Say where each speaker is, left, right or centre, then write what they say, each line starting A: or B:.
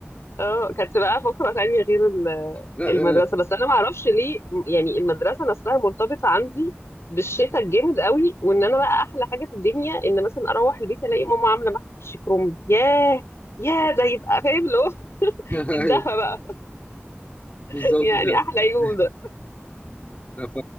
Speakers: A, on the left (about 85°); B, on the left (about 30°).
A: اه كانت بقى فقرة تانية غير ال-
B: لا
A: المدرسة
B: آه،
A: بس أنا معرفش ليه م- يعني المدرسة نفسها مرتبطة عندي بالشتاء الجامد قوي وإن أنا بقى أحلى حاجة في الدنيا إن مثلا أروح البيت ألاقي ماما عاملة محشي كرنب ياه ياه ده يبقى فاهم اللي هو <laughs>
B: <laughs>
A: الدفى
B: ايوه
A: بقى <laughs>
B: بالظبط
A: يعني
B: فعلا
A: أحلى يوم
B: <laughs>
A: ده
B: ف...